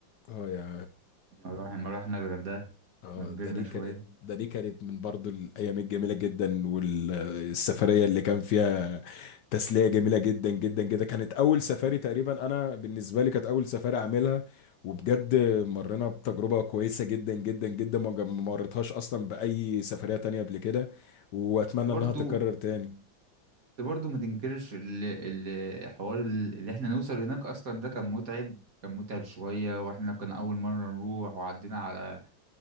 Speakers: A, on the left; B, on the right.
A: اه يا
B: لما روح- لما رحنا الغردقه
A: اه
B: ما كبرنا
A: ده دي
B: شويه
A: كانت ده دي كانت من برضو الايام الجميله جدا والسفريه اللي كان فيها تسليه جميله جدا جدا جدا كانت اول سفاري تقريبا انا بالنسبه لي كانت اول سفاري اعملها وبجد مرينا بتجربه كويسه جدا جدا جدا ما جم- ما مريتهاش اصلا باي سفريه تانية قبل كده واتمنى
B: برضو
A: انها تتكرر تاني
B: بس برضه ما تنكرش ال- ال- الحوار ال- اللي احنا نوصل هناك اصلا ده كان متعب كان متعب شوية واحنا كان اول مرة نروح وعدينا على